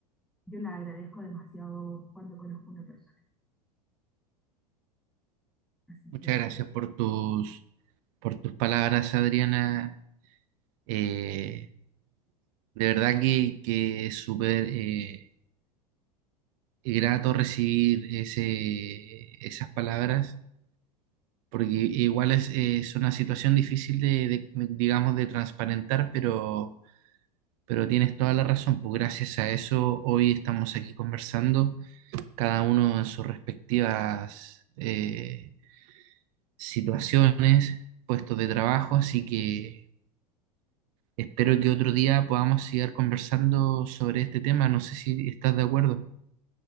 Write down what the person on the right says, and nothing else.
Muchas
gracias por tus, por tus palabras, Adriana. Eh, de verdad que, que es súper eh, grato recibir ese, esas palabras. porque igual es, es una situación difícil de, de- digamos, de transparentar, pero, pero tienes toda la razón, pues gracias a eso hoy estamos aquí conversando, cada uno en sus respectivas eh, situaciones, puestos de trabajo, así que espero que otro día podamos seguir conversando sobre este tema, no sé si estás de acuerdo.